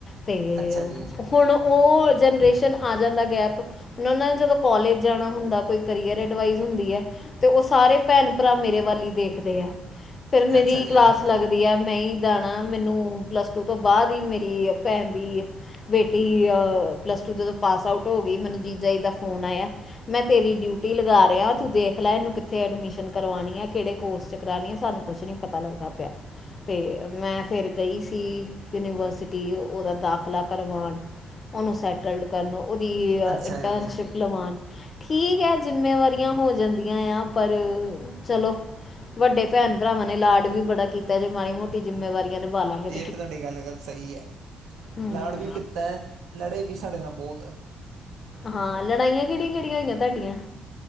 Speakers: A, on the left; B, on the right.
A: ਤੇ
B: ਅੱਛਾ ਜੀ
A: ਹੁਣ ਓ ਜਨਰੇਸ਼ਨ ਆ ਜਾਂਦਾ ਗੈਪ, ਹੋਣ ਓਨਾਂ ਨੇ ਜਦੋਂ ਕੋਲੇਜ ਜਾਣਾ ਹੁੰਦਾ ਫ ਕਲੀਆ ਰੈਡਵਾਈਜ਼ ਹੁੰਦੀ ਐ, ਤੇ ਓ ਸਾਰੇ ਭੈਣ-ਭਰਾ ਮੇਰੇ ਵੱਲ ਈ ਦੇਖਦੇ ਆ। ਫੇਰ ਮੇਰੀ,
B: ਅੱਛਾ ਜੀ
A: ਕਲਾਸ ਲੱਗਦੀ ਆ, ਮੈਂ ਈ ਦਾਣਾ ਮੈਨੂੰ ਪਲੱਸ ਟੂ ਤੋਂ ਬਾਅ ਵੀ, ਮੇਰੀ ਭੈਣ ਦੀ ਬੇਟੀ ਅ, ਪਲੱਸ ਟੂ ਜਦੋਂ ਪਾਸ ਆਊਟ ਹੋ ਗੀ ਮੈਨੂੰ ਜੀਜਾ ਜੀ ਦਾ ਫੋਨ ਆਏਆ। ਮੈਂ ਤੇਰੀ ਡਿਊਟੀ ਲਗਾ ਰੇਆ, ਤੂੰ ਦੇਖ ਲੈ ਏਨੂੰ ਕਿੱਥੇ ਐਡਮਿਸ਼ਨ ਕਰਵਾਣੀ ਆ ਕੇੜੇ ਕੋਰਸ ਚ ਕਰਾਨੀ ਆ ਸਾਨੂੰ ਕੁਛ ਨੀ ਪਤਾ ਲੱਗਦਾ ਪੇਯਾ, ਤੇ ਮੈਂ ਫੇਰ ਗਈ ਯੂਨੀਵਰਸਿਟੀ, ਓਦਾ ਦਾਖਲਾ ਕਰਵਾਨ ਓਨੂੰ ਸੈਟ ਲਡ ਕਰਨ ਨੂੰ, ਓਦੀ
B: ਅੱਛਾ
A: ਇੰਟਰਨਸ਼ਿਪ
B: ਜੀ
A: ਲਵਾਨ ਠੀਕ ਐ, ਜ਼ਿੰਮੇਵਾਰੀਆਂ ਹੋ ਜਾਂਦੀਆਂ ਯਾ ਪਰ, ਚਲੋ ਵੱਡੇ ਭੈਣ, ਭਰਾਵਾਂ ਨੇ ਲਾੜ ਵੀ ਬੜਾ ਕੀਤਾ ਜੇ ਮਾੜੀ ਮੋਟੀ ਜਿੰਮੇਵਾਰੀਆਂ ਨਿਭਾਲਾਂਗੇ
B: ਤੇ ਤੂਆਡੀ ਗੱਲ ਗੱਲ ਸਹੀ ਐ,
A: ਹਮ
B: ਲਾੜ ਵੀ ਕੀਤੈ ਲੜੇ ਵੀ ਸਾਡੇ ਨਾਲ ਬੋਤ ਐ।
A: ਹਾਂ, ਲੜਾਈਆਂ ਕੇੜੀਆਂ-ਕੇੜੀਆਂ ਹੋਈਆਂ ਤੁਹਾਡੀਆਂ?